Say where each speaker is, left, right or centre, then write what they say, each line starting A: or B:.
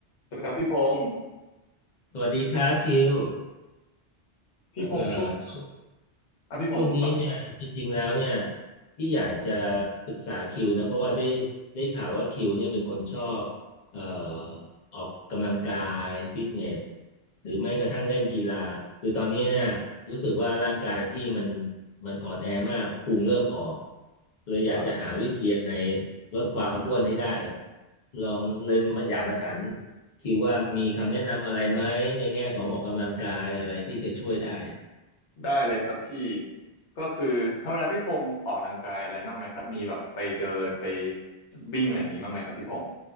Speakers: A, on the left; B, on the left.
A: สวัสดีครับพี่พงศ์
B: สวัสดีครับคิว
A: พี่พงศ์ช่วง
B: เอ่อ
A: อ่ะพี่พงศ์พูดก่อนเลย
B: ช่วงนี้เนี่ยจริงๆแล้วเนี่ยพี่อยากจะปรึกษาคิวนะเพราะว่าได้ได้ข่าวว่าคิวเนี่ยเป็นคนชอบเอ่อออกกำลังกายฟิตเนสหรือแม้กระทั่งเล่นกีฬาคือตอนนี้เนี่ยรู้สึกว่าร่างกายพี่มันมันอ่อนแอมากพุงเริ่มออกเลยอยากจะหาวิธียังไง
A: ครับผม
B: ลดความอ้วนให้ได้ลองเลยมาอยากมาถามคิวว่ามีคำแนะนำอะไรไหมในแง่ของออกกำลังกายอะไรที่จะช่วยได้
A: ได้เลยครับพี่ก็คือธรรมดาพี่พงศ์ออกกำลังกายอะไรบ้างไหมครับมีแบบไปเดินไปวิ่งอะไรอย่างนี้บ้างไหมครับพี่พงศ์